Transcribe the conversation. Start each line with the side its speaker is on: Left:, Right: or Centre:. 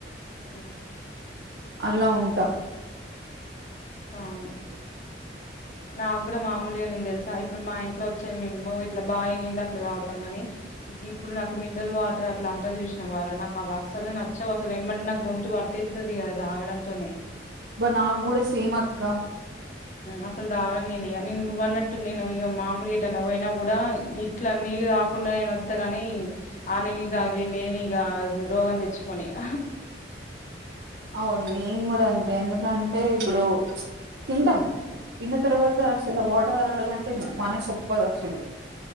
Left: హ
Right: అలా ఉంట
Left: అవును నాకు కూడ మామూలుగా నేను తెలుసా ఇప్పుడు మా ఇంట్లో వచ్చె మేము ఇట్లా బావి నీళ్ళు అట్లా తాగుతాం కాని ఇప్పుడు నాకు మిన్రల్ వాటర్ అట్ల అంటార్ చూసిన వారా నాకు అ అసలు నచ్చవ్ అసలు ఏమంటే నాకు గొంతు వా పట్టేతదిగా అది తాగడంతోనే
Right: అబ్బ నాకు కూడా సేమ్ అక్క
Left: అసలు దావన్ నేను ఇక నువ్్వ అన్నట్టు నేను ఇగ మామూలుగా ఏటు అన్న పోయినా కూడ ఇట్ల నీళ్ తాకుండ నేను వత్తగాని అ నీల్ తాగి లేని ఇక రోగం తెచ్చుకొని ఇక
Right: అవు నేను కూడా అంతే ఎందుకంటే ఇప్పుడు తింటాము తిన్న తర్వాత అసలు వాటర్ తాగాలంటే మనస్ ఒప్పదు అసలు